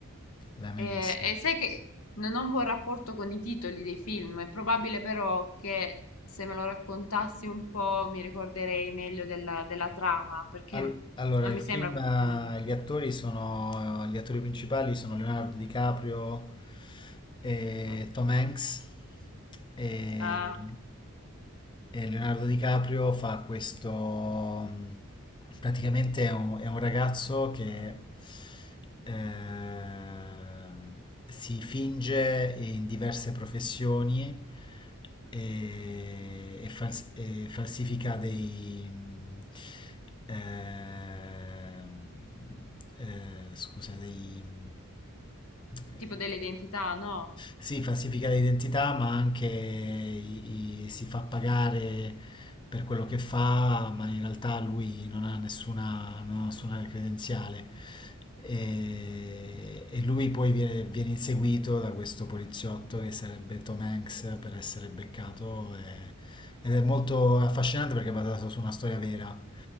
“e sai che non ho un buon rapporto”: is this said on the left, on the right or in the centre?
Left